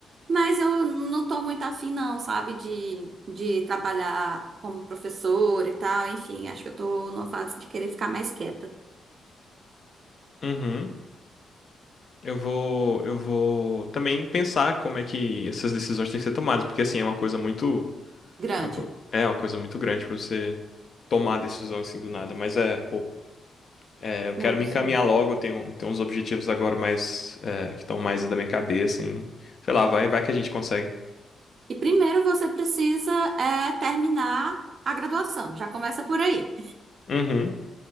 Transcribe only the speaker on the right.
mas eu não tô muito afim, não, sabe, de, de trabalhar como professora e tal. Enfim, acho que eu tô numa fase de querer ficar mais quieta.
Grande.
Não,
sim.
E primeiro você precisa é, terminar a graduação, já começa por aí.